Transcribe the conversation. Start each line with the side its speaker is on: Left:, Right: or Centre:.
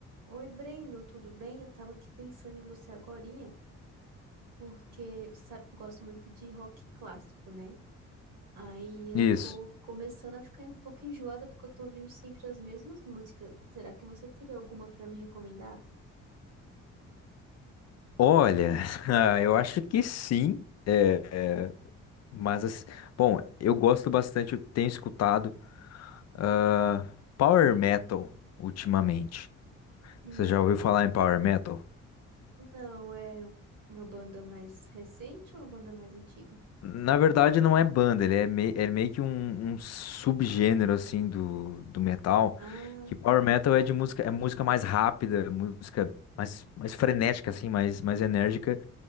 Right: Oi, Brendo, tudo bem? Eu tava aqui pensando em você agorinha, porque você sabe que eu gosto muito de rock clássico, né? Aí eu
Left: Isso.
Right: tô começando a ficar um pouco enjoada porque eu tô ouvindo sempre as mesmas músicas. Será que você teria alguma pra me recomendar?
Left: Olha, <laughs> ah, eu acho que sim, é, mas assim, bom, eu gosto bastante, eu tenho escutado ah, Power Metal ultimamente.
Right: Hum,
Left: Você já ouviu falar em Power Metal?
Right: não, é uma banda mais recente ou uma banda mais antiga?
Left: Na verdade, não é banda, ele é, mei- é meio que um, um subgênero assim do, do metal.
Right: Ah,
Left: Que Power
Right: tá.
Left: Metal é de música, é música mais rápida, música mais, mais frenética assim, mais, mais enérgica.